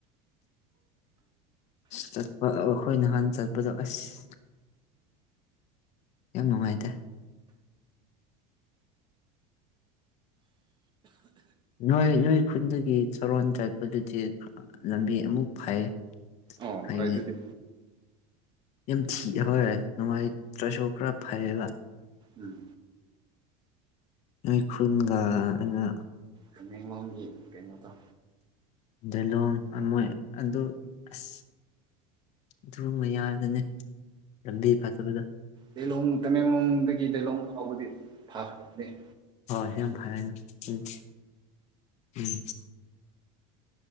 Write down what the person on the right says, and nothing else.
ꯑꯣ
ꯍꯣꯏ ꯑꯗꯨꯗꯤ
ꯎꯝ
ꯀꯃ ꯂꯒꯤ ꯀꯩꯅꯣ ꯇ
ꯂꯤꯂꯣꯡ ꯇꯃꯦꯡꯂꯣꯡꯗꯒꯤ ꯂꯤꯂꯣꯡ ꯐꯥꯎꯕꯗꯤ ꯊꯥꯈ꯭ꯔꯕꯅꯤ